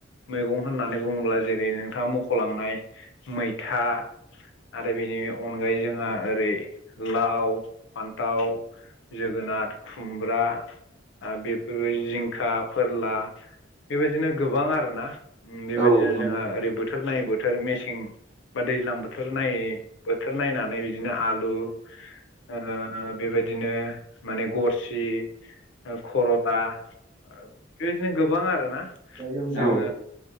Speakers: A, on the left; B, on the right.
A: मैगं होननानै बुङोब्ला जेरै नोंथाङा मख'लांनाय मैथा आरो बेनि अनगायैजों ओओ रै लाव फान्थाव जोगोनार खुमब्रा आरो बेफोरबो जिंखा फोरला बेबायदिनो गोबां आरोना बेबायदिनो
B: औ औ
A: जोंहा
B: औ
A: ओरै बोथोर नायै बोथोर मेसें बा दैज्लां बोथोर नायै बो बोथोर नायनानै बिदिनो आलु ओ बेबायदिनो माने गरसि ओ खरला बेबायदिनो गोबां आरोना
B: नंगौ
A: जोङो